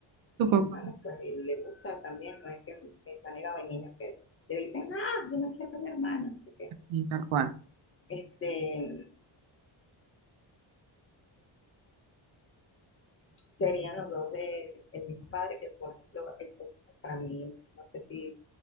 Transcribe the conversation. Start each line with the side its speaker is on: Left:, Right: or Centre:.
Right: tu
Left: un
Right: compu-
Left: hermano, pues y le gusta también, no es que, que está negado, hay niños que le dicen, ah, yo no quiero un hermano, así que,
Right: sí, tal cual.
Left: este, serían los dos del de mismo padre, que por ejemplo, eso para mí, no sé si,